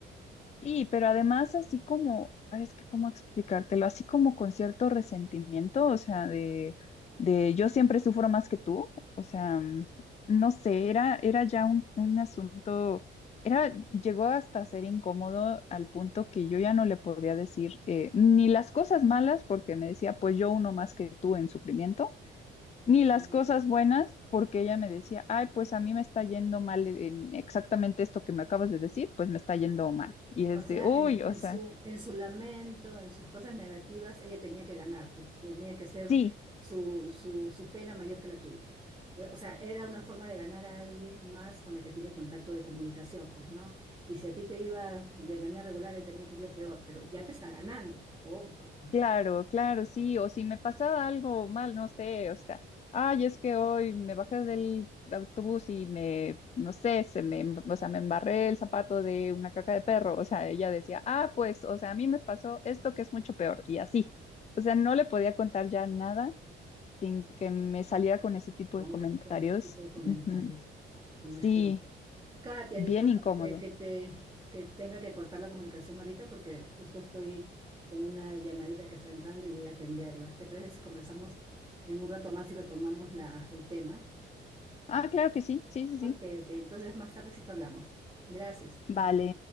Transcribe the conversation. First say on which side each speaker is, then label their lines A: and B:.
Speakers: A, on the left (about 35°); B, on the right (about 20°).
A: Sí, pero además así como, ay, es que cómo explicártelo, así como con cierto resentimiento, o sea, de, de yo siempre sufro más que tú, o sea, mm, no sé, era, era ya un, un asunto, era, llegó hasta ser incómodo al punto que yo ya no le podía decir eh, ni las cosas malas, porque me decía, pues yo uno más que tú en sufrimiento ni las
B: Ah,
A: cosas buenas, porque ella me decía, ay, pues a mí me está yendo mal en exactamente esto que me acabas de decir, pues me está yendo mal. Y es
B: O sea,
A: de, uy,
B: en,
A: o
B: en
A: sea,
B: su, en su lamento, en sus cosas negativas, ella tenía que ganar, te- tenía que ser
A: sí,
B: su, su, su pena mayor que la tuya. Eh, O sea, era una forma de ganar a alguien más con la que tiene contacto de comunicación, pues, ¿no? Y si a ti te iba de manera regular, ahí tenía que irle peor, pero ya te está ganando, ojo,
A: claro, claro, sí, o si me pasaba algo mal, no sé, o sea, ay, es que hoy me bajé del autobús y me, no sé, se me, em- o sea, me embarré el zapato de una caca de perro, o sea, ella decía, ah, pues, o sea, a mí me pasó esto que es mucho peor, y así. O sea, no le podía contar ya nada sin que me saliera con ese tipo
B: con,
A: de comentarios.
B: otro- con ese tipo de comentarios.
A: Ujú.
B: Imagínate.
A: Sí,
B: Katia,
A: bien
B: disculpa
A: incómodo.
B: que te, que te- que tenga que cortar la comunicación ahorita porque justo estoy con una llamadita que está entrando y voy a atenderla. ¿Te parece si conversamos en un rato más y retomamos la, el tema?
A: Ah, claro que sí, sí, sí,
B: Ok,
A: sí.
B: ok, entonces más tardecito hablamos. Gracias.
A: Vale.